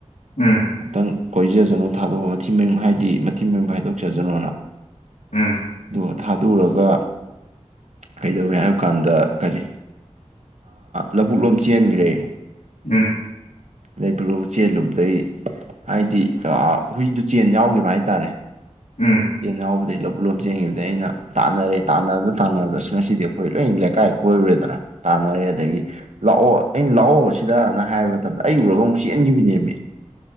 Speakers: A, on the left; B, on the right.
A: ꯎꯝ
B: ꯇꯪ ꯀꯣꯏꯖꯖꯅꯨ ꯊꯥꯗꯣꯛꯄ ꯃꯊꯤ ꯃꯌꯨꯝ ꯍꯥꯏꯗꯤ ꯃꯊꯤ ꯃꯌꯨꯡ ꯐꯥꯏꯗꯣꯛꯆꯁꯅꯨꯅ
A: ꯎꯝ
B: ꯑ ꯊꯥꯗꯨꯔꯒ ꯀꯩꯗꯧꯏ ꯍꯥꯏꯕ ꯀꯥꯟꯗ ꯀꯔꯤ ꯂꯧꯕꯨꯛ ꯂꯣꯝ ꯆꯦꯟꯈ꯭ꯔꯦ
A: ꯎꯝ
B: ꯂꯩꯕꯂꯣ ꯆꯦꯜꯂꯨꯝꯕꯗꯒꯤꯩ ꯍꯥꯏꯗꯤ ꯍꯨꯏꯗꯨ ꯆꯦꯟ ꯌꯥꯎꯈꯤꯕ ꯍꯥꯏꯇꯥꯔꯦ
A: ꯎꯝ
B: ꯆꯦꯟ ꯌꯥꯎꯕꯗ ꯂꯕꯨꯨ ꯂꯣꯝ ꯆꯦꯟꯈꯤꯕꯗꯤ ꯑꯩꯅ ꯇꯥꯟꯅꯔꯦ ꯇꯥꯟꯅꯕꯗ ꯇꯥꯟꯅꯕꯗꯁꯨ ꯉꯁꯤꯗꯤ ꯍꯣꯏ ꯂꯣꯏ ꯂꯩꯀꯥꯏ ꯀꯣꯏꯔꯨꯔꯦꯗꯅ ꯇꯥꯟꯅꯔꯦ ꯑꯗꯒꯤ ꯂꯥꯛꯑꯣ ꯑꯩꯅ ꯂꯥꯛꯑꯣꯕꯁꯤꯗ ꯍꯥꯏꯕ ꯃꯇꯝꯗ ꯑꯩ ꯎꯔꯒ ꯑꯃꯨꯛ ꯆꯦꯟꯦꯟꯈꯤꯕꯅꯦꯃꯤ